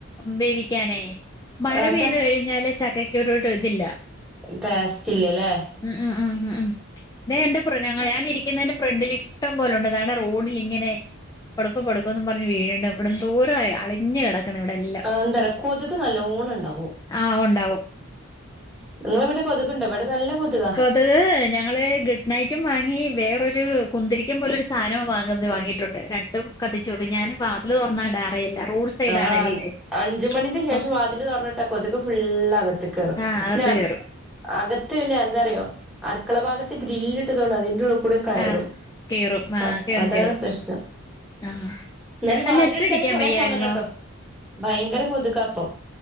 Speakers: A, on the left (about 15°); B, in the centre.
A: വേവിക്കാനേ മഴ
B: ആ
A: പെയ്തു
B: ച
A: കഴിഞ്ഞാല് ചക്കക്കൊരൂട്ട് ഇതില്ല
B: ടേസ്റ്റ് ഇല്ല്യല്ലേ
A: ഉം ഉം ഉം ഉം ഉം ദേ എന്റെ പ്രെ ഞങ്ങള ഞാനിരിക്കുന്നേന്റ ഫ്രണ്ടില് ഇഷ് ട്ടം പോല ഉണ്ട്. ദാണ്ട റോഡില് ഇങ്ങനെ പടുക്കോ, പടുക്കോ എന്നും പറഞ്ഞ് വീഴണ്ട്. ഇവിടെ ന്തോര ആയ അളിഞ്ഞ് കെട ക്കണവിടെല്ലാം.
B: അതെ ന്താറിയോ, കൊത്ക് നല്ലോണം ഉണ്ടാവും.
A: ആഹ് ഉണ്ടാവും
B: നിങ്ങള വീട്ടിൽ കൊതുക് ഉണ്ടോ? ഇവടെ നല്ല കൊതുകാ.
A: ഹേ, ഹേ ഞങ്ങള് ഗുഡ് നൈറ്റും വാങ്ങി, വേറൊരു കുന്തിരിക്കം, പോലൊരു സാദനവും വാങ്ങ വാങ്ങിയിട്ടുണ്ട് ര ണ്ടും കത്തിച്ച് വക്കും. ഞാനും വാതില് തൊറന്ന് ഇടാറെ ഇല്ല റോഡ് സൈഡാണ്
B: ആഹ്,
A: വീട്
B: അഞ്, അഞ്ച് മണീന്റ
A: അപ്പം
B: ശേഷം വാതി തില് തൊറന്ന് ഇട്ടാ കൊതുക് ഫുള്ള് അകത്ത് കേറും,
A: ആഹ് അകത്ത്
B: പിന്ന, അട്
A: കേറും
B: അകത്ത് പിന്ന എന്താറിയോ അടുക്കള ഭാഗത്ത് ഗ്രില്ല് ഇട്ട തോണ്ട് അതി ന്റെ ഉള്ളു കൂടേം കയറും
A: ആഹ് കേറും
B: അ
A: ആഹ് കേറും
B: അതാണ്
A: കേറും
B: പ്രശ്നം. കു
A: ആഹ്
B: എന്നാലും വാതില്
A: നെറ്റ്
B: അട ച്ചാലും
A: അടിക്കാൻ
B: കുറെ
A: വയ്യായിരുന്നോ
B: ശമനാട്ടോ? ഭയങ്കര കൊതുകാ അപ്പം.